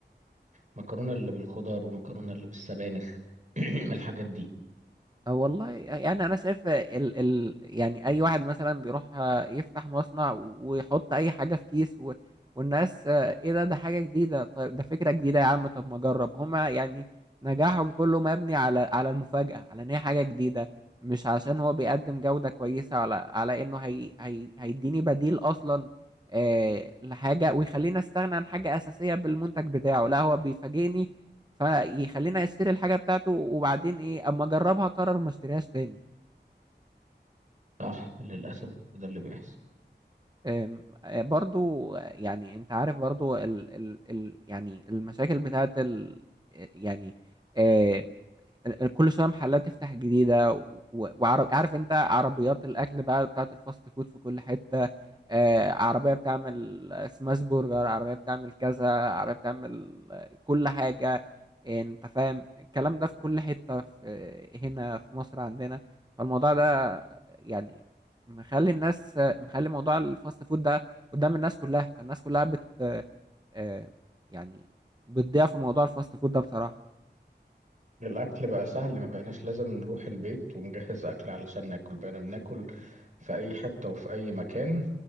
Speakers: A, on the right; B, on the right.
A: المكرونه اللي بالخضار والمكرونه اللي بالسبانخ <clears throat> الحاجات دي
B: أو والله يعني انا شايف ال ال يعني اي واحد مثلا بيروح آه، يفتح مصنع ويحط اي حاجه في كيس و والناس آه، ايه ده ده حاجه جديده طيب ده فكره جديده يا عم طب ما اجرب هما يعني نجاحهم كله مبني على على المفاجاه على ان هي حاجه جديده مش عشان هو بيقدم جوده كويسه على على انه هي هي هيديني بديل اصلا آه لحاجه ويخليني استغنى عن حاجه اساسيه بالمنتج بتاعه لا هو بيفاجئني فيخليني اشتري الحاجه بتاعته وبعدين ايه اما اجربها اقرر ما اشتريهاش تاني
A: صح للأسف ده اللي بيحصل
B: أم، آه، برضو آه، يعني انت عارف برضو ال ال ال يعني المشاكل بتاعت ال آه، يعني آه، ال- كل شويه محلات تفتح جديده وعارف عارف انت عربيات الاكل بقى بتاعت الفاست فود في كل حته آه، عربية بتعمل سماش برجر عربية بتعمل كذا عربية بتعمل آه، كل حاجة آه، انت فاهم الكلام ده في كل حتة في آه، هنا في مصر عندنا فالموضوع ده يعني مخلي الناس آه، مخلي موضوع الفاست فود ده قدام الناس كلها فالناس كلها بت آه، آه، يعني بتضيع في موضوع الفاست فود ده بصراحة
A: الأكل بقى سهل ما بقيناش لازم نروح البيت ونجهز أكل علشان ناكل بقينا بناكل في أي حتة وفي أي مكان